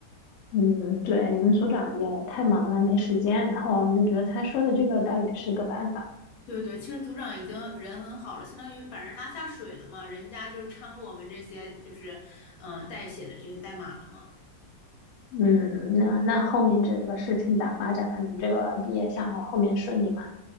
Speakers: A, on the left; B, on the left.
A: 嗯，对，你们组长也太忙了，没时间。然后你觉得他说的这个倒也是个办法。
B: 对对，其实组长已经人很好了，相当于把人拉下水了嘛，人家就是掺和我们这些就是，嗯、呃代写的这些代码了嘛。
A: 嗯，那那后面这个事情咋发展了？你们这个毕业项目后面顺利吗？